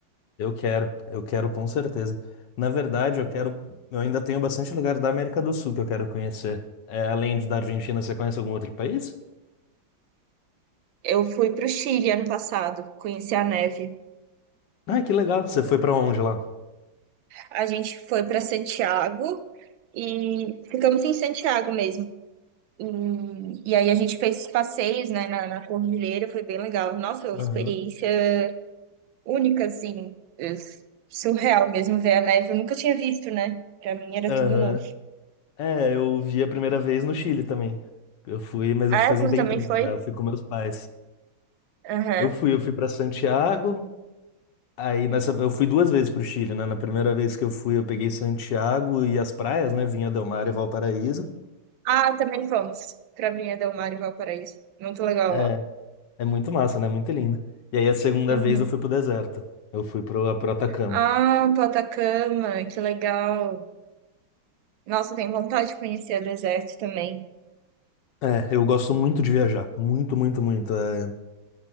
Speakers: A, on the left (about 65°); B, on the right (about 75°).
A: eu quero, eu quero com certeza. Na verdade, eu quero, eu ainda tenho bastante lugar da América do Sul que eu quero conhecer. É, além de da Argentina, você conhece algum outro país?
B: Eu fui para o Chile ano passado, conheci a neve.
A: Ah, que legal. Você foi para onde lá?
B: A gente foi para Santiago, e ficamos em Santiago mesmo. E, e aí a gente fez esses passeios, né, na, na cordilheira, foi bem legal. Nossa, uma
A: Aham.
B: experiência única, assim, es- surreal mesmo ver a neve. Eu nunca tinha visto, né? Pra mim era
A: Aham.
B: tudo novo.
A: É, eu vi a primeira vez no Chile também. Eu fui, mas
B: Ah,
A: eu faz
B: tu
A: um tempinho
B: também foi?
A: já, eu fui com meus pais.
B: Aham.
A: Eu fui, eu fui para Santiago, Aí nessa, eu fui duas vezes pro Chile, né? Na primeira vez que eu fui, eu peguei Santiago e as praias, né? Vinha Del Mar e Valparaíso.
B: Ah, também fomos pra Vinha Del Mar e Valparaíso. Muito legal
A: É,
B: lá.
A: é muito massa, né? Muito lindo. E aí a segunda
B: Uhum.
A: vez eu fui pro deserto. Eu fui pro, pro Atacama.
B: Ah, pro Atacama, que legal. Nossa, eu tenho vontade de conhecer o deserto também.
A: É, eu gosto muito de viajar. Muito, muito, muito. É,